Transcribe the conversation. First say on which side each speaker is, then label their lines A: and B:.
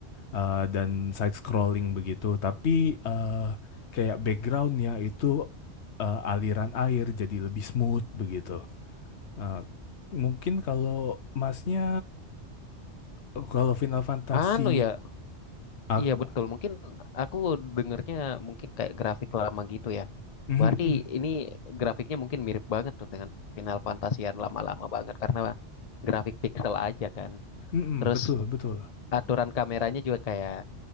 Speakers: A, on the left (about 65°); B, on the left (about 45°).
A: eh, dan side scrolling begitu, tapi eh, kayak backgroundnya itu eh, aliran air jadi lebih smooth begitu. Eh, mungkin kalau masnya eh, kalau Final Fantasy
B: anu ya
A: ah,
B: iya betul mungkin aku dengernya mungkin kayak grafik lama gitu ya
A: mhm,
B: berarti
A: mhm,
B: ini grafiknya mungkin mirip banget tuh dengan Final Fantasy yang lama-lama banget karena grafik pixel aja kan
A: mhm,
B: terus
A: betul betul.
B: aturan kameranya juga kayak